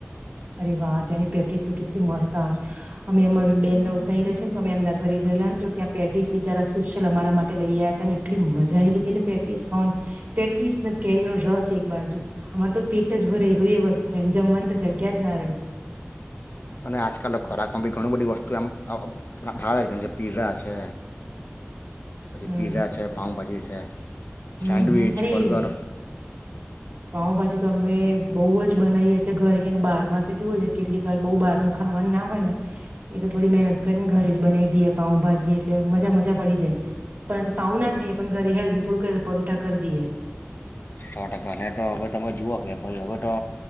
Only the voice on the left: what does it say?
અને આજકાલ ખોરાકમાં બી ઘણું બધી વસ્તુ એમ ભાવે છે જે પીઝા છે પછી
પીઝા છે પાઉભાજી છે
સેન્ડવીચ
બર્ગર
સો ટકા અને તો હવે તમે જુઓ કે ભાઈ હવે તો